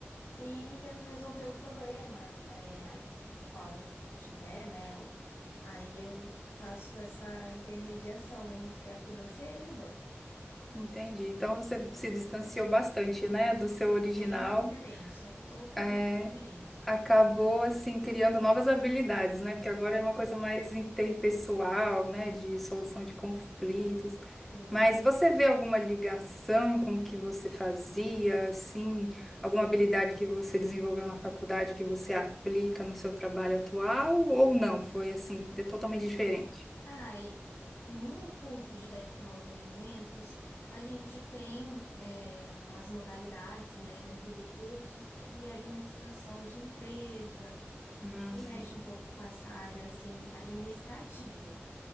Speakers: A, on the left; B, in the centre.
A: e tento resolver o problema, é, a- o qual tiver, né? o- aí eu faço essa intermediação entre a financeira e o banco.
B: entendi. Então você se distanciou bastante, né, do seu original.
A: Bem diferente, é totalmente
B: É,
A: diferente.
B: acabou assim criando novas habilidades, né? Porque agora é uma coisa mais interpessoal, né, de solução de conflitos.
A: E
B: Mas você vê alguma ligação com o que você fazia, assim, alguma habilidade que você desenvolveu na faculdade que você aplica no seu trabalho atual ou não? Foi assim, de- totalmente diferente.
A: Ai, no curso de tecnólogo em alimentos, a gente tem é, umas modalidades, né, dentro do curso que é administração de empresa,
B: Ah,
A: que mexe
B: sim,
A: um pouco com essa área assim administrativa.